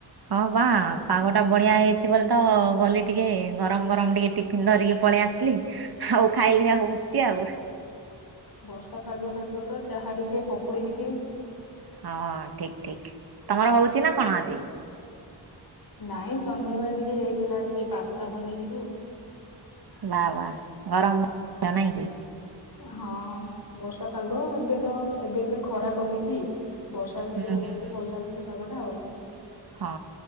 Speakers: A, on the right; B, on the left.
A: ହଁ ବା ପାଗଟା ବଢ଼ିଆ ହେଇଛି ବୋଲି ତ, ବୋଲି ଟିକେ ଗରମ ଗରମ ଟିକେ ଟିଫିନ୍ ଧରିକି ପଳେଇ ଆସିଲି, ଆଉ ଖାଇଲି ଆଉ ବସିଛି ଆଉ।
B: ବର୍ଷା ପାଗ ସହିତ ତ ଚାହା ଟିକେ ପକୁଡି ଟିକେ।
A: ହଁ ଠିକ ଠିକ ତମର ହଉଛି ନା କଣ ଆଜି।
B: ନାଇଁ ସନ୍ଧ୍ୟା ବେଳେ ଟିକେ ହେଇଥିଲା ଟିକେ ପାସ୍ତା ବନେଇଥିଲୁ।
A: ବା ବା ଗରମ ନାଇଁ କି।
B: ହଁ ବର୍ଷା ପାଗ ଏବେ ତ ଏବେ ଏବେ ଖରା କମିଛି। ବର୍ଷା ଟା ଟିକେ
A: ହୁଁ
B: ହଉଛି
A: ହୁଁ ହୁଁ।
B: ତ ଭଲ ଲାଗୁଛି ପାଗଟା ଆଉ।
A: ହଁ